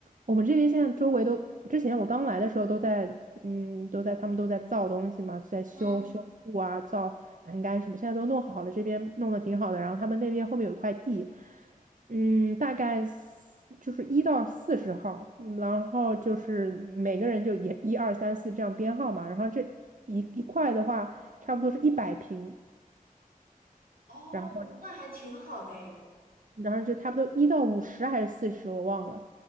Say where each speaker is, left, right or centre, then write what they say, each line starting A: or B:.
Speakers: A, on the right (about 60°); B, on the right (about 85°).
A: 我们这边现在周围都，之前我刚来的时候都在，嗯，都在他们都在造东西嘛，在修修路啊，
B: 嗯，
A: 造栏杆什么，现在都弄好了，这边弄得挺好的。然后他们那边后面有一块地，嗯，大概四就是一到四十号，嗯然后就是每个人就一一二三四这样编号嘛。然后这一一块的话，差不多是一百平，
B: 哦，
A: 然后。
B: 那还挺好的诶
A: 然后就差不多一到五十还是四十，我忘了。